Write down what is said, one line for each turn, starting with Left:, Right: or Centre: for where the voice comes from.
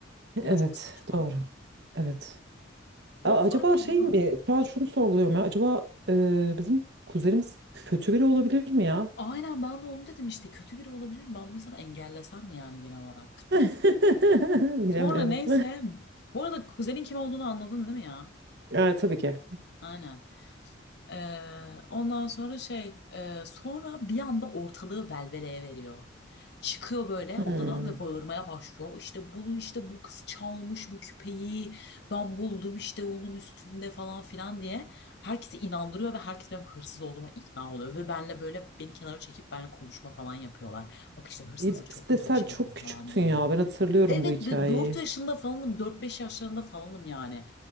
Left: Bu
Right: Evet.
Left: da çok saçma.
Right: Doğru. Evet.
Left: Onu
Right: A-
Left: fark
Right: acaba
Left: ediyor.
Right: şey mi? Şu an şunu sorguluyorum ya. Acaba e, bizim kuzenimiz kötü biri olabilir mi ya?
Left: Aynen ben de onu dedim işte kötü biri olabilir mi? Ben bu yüzden engellesem mi yani genel olarak?
Right: <laughs>
Left: Sonra
Right: Bilemiyorum.
Left: neyse. Bu arada kuzenin kim olduğunu anladın değil mi ya?
Right: Yani tabii ki.
Left: Aynen. Ee, ondan sonra şey e, sonra bir anda ortalığı velveleye veriyor. Çıkıyor böyle
Right: Hmm.
Left: odadan ve bağırmaya başlıyor. İşte bunu işte bu kız çalmış bu küpeyi ben buldum işte onun üstünde falan filan diye. Herkesi inandırıyor ve herkes benim hırsız olduğuma ikna oluyor. Ve benle böyle beni kenara çekip benimle konuşma falan yapıyorlar. Bak işte hırsızlık
Right: E, Bir
Left: çok kötü
Right: de sen
Left: bir şeydir
Right: çok
Left: falan
Right: küçüktün
Left: diye.
Right: ya. Ben hatırlıyorum
Left: Evet
Right: bu hikayeyi.
Left: 4 yaşında falanım dört beş yaşlarında falanım yani.